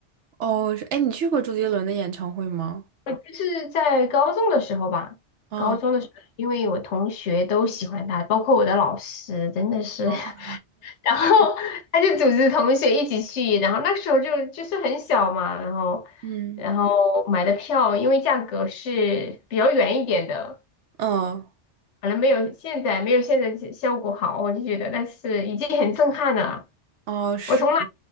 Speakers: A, on the right; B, on the left.
A: 哦，是，哎，你去过周杰伦的演唱会吗？
B: 就是在高中的时候吧，
A: 啊，
B: 高中的时候，因为我同学都喜欢他，包括我的老师，真的是。
A: 哦
B: <laughs> 然后 <laughs> 他就组织同学一起去，然后那时候就就是很小嘛，然后
A: 嗯
B: 然后买的票，因为价格是比较远一点的，
A: 嗯哦
B: 可能没有现在没有现在效果好，我就觉得，但是已经很震撼了。
A: 哦，是。
B: 我从来